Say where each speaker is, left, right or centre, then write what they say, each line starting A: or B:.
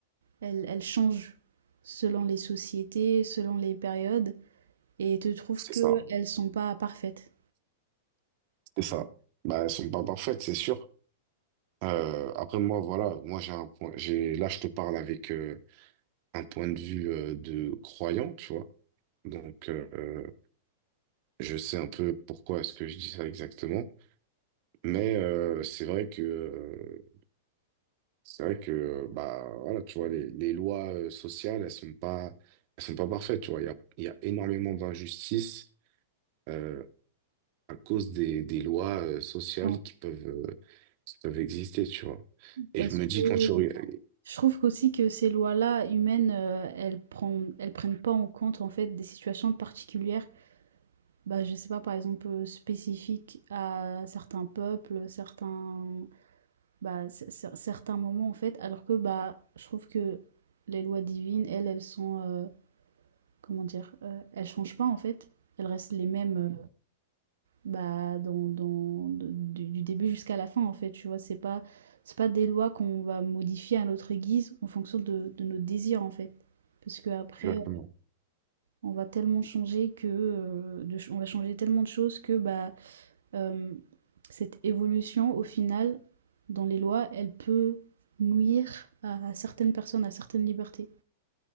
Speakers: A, on the right; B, on the right.
A: elles elles changent selon les sociétés, selon les périodes et te trouves
B: c'est
A: que
B: ça.
A: elles sont pas parfaites.
B: C'est ça. Bah, elles sont pas parfaites, c'est sûr. Euh, après moi, voilà, moi j'ai un point, j'ai là je te parle avec euh, un point de vue euh, de croyant, tu vois. Donc euh, je sais un peu pourquoi est-ce que je dis ça exactement, mais euh, c'est vrai que euh, c'est vrai que euh, bah voilà, tu vois les, les lois euh, sociales, elles sont pas elles sont pas parfaites, tu vois. Il y a, il y a énormément d'injustices. euh, à cause des, des lois euh, sociales
A: Ouais,
B: qui peuvent, euh, qui peuvent exister, tu vois. Et
A: parce
B: je me dis
A: que
B: quand tu regardes...
A: je trouve qu'aussi que ces lois-là humaines, heu, elles prend elles prennent pas en compte, en fait, des situations particulières bah, je sais pas, par exemple, euh, spécifiques à certains peuples, certains, bah, c- c- certains moments en fait, alors que bah, je trouve que les lois divines, elles, elles sont, euh, comment dire, euh, elles changent pas en fait, elles restent les mêmes euh, bah, dans, dans- de- du, du début jusqu'à la fin en fait, tu vois, c'est pas, c'est pas des lois qu'on va modifier à notre guise en fonction de, de nos désirs en fait, parce que après,
B: Exactement.
A: on va tellement changer que, euh, de ch- on va changer tellement de choses que bah, euh, cette évolution, au final, dans les lois, elle peut nuire à certaines personnes, à certaines libertés.